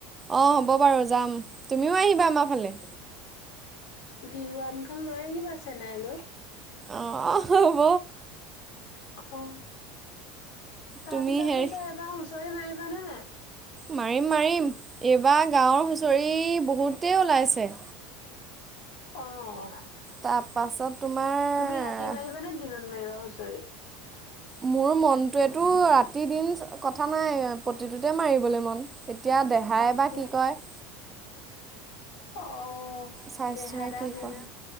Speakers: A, on the right (about 20°); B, on the left (about 65°).
A: অঁ হ'ব বাৰু যাম তুমিও আহিবা আমাৰ ফালে।
B: বিহুৱান খন লৈ আহিবা চেনাই লৈ।
A: অঁ হব
B: অ তাৰ
A: তুমি
B: পিছত
A: হেৰি
B: পিছে এবাৰ হুঁচৰি মাৰিবা নে নাই?
A: মাৰিম মাৰিম এইবাৰ গাঁৱৰ হুঁচৰি বহুতেই ওলাইছে।
B: অ'হ
A: তাৰপাছত তোমাৰ
B: তুমি ৰাতি মাৰিবা নে দিনত মাৰিবা হুঁচৰি?
A: মোৰ মনটোৱেতো ৰাতি দিন কথা নাই প্ৰতিটোতে মাৰিবলৈ মন- এতিয়া দেহাই
B: তাকে
A: বা কি কয়।
B: অ
A: স্বাস্থ্যই
B: দেহাদা
A: কি
B: মেইন।
A: কয়